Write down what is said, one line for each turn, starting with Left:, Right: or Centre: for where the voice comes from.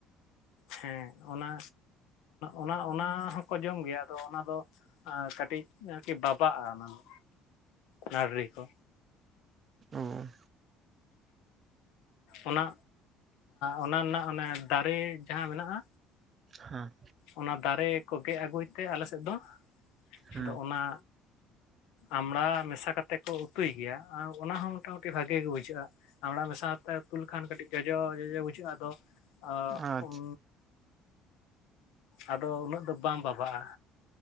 Left: ᱦᱮᱸ ᱚᱱᱟ ᱚᱱᱟ ᱚᱱᱟ ᱦᱚᱸ ᱠᱚ ᱡᱚᱢ ᱜᱮᱭᱟ ᱟᱫᱚ ᱚᱱᱟ ᱫᱚ ᱟᱨ ᱠᱟᱹᱴᱤᱡ ᱟᱨᱠᱤ ᱵᱟᱵᱟᱜ-ᱟ ᱚᱱᱟ ᱫᱚ, ᱱᱟᱰᱨᱤ ᱠᱚ᱾
Right: ᱩᱸ
Left: ᱚᱱᱟ ᱚᱱᱟ ᱨᱮᱱᱟᱜ ᱚᱱᱮ ᱫᱟᱨᱮ ᱡᱟᱦᱟᱸ ᱢᱮᱱᱟᱜ-ᱟ᱾
Right: ᱦᱮᱸ
Left: ᱚᱱᱟ ᱫᱟᱨᱮ ᱠᱚ ᱜᱮᱜ ᱟᱹᱜᱩᱭ ᱛᱮ ᱟᱞᱮ ᱥᱮᱫ ᱫᱚ
Right: ᱦᱩᱸ
Left: ᱟᱫᱚ ᱚᱱᱟ ᱟᱢᱲᱟ ᱢᱮᱥᱟ ᱠᱟᱛᱮ ᱠᱚ ᱩᱛᱩᱭ ᱜᱮᱭᱟ, ᱚᱱᱟ ᱦᱚᱸ ᱢᱚᱴᱟᱢᱩᱴᱤ ᱵᱷᱟᱜᱮ ᱜᱮ ᱵᱩᱡᱷᱟᱹᱜ-ᱟ᱾ ᱟᱢᱲᱟ ᱢᱮᱥᱟᱛᱮ ᱩᱛᱩ ᱞᱮᱠᱷᱟᱱ ᱠᱟᱹᱴᱤᱡ ᱡᱚᱡᱚ ᱡᱚᱡᱚ ᱵᱩᱡᱷᱟᱹᱜ-ᱟ ᱟᱫᱚ ᱟ
Right: ᱟᱪᱪᱷᱟ
Left: ᱩᱸ᱾ ᱟᱫᱚ ᱩᱱᱟᱹᱜ ᱫᱚ ᱵᱟᱝ ᱵᱟᱵᱟ-ᱟᱜ᱾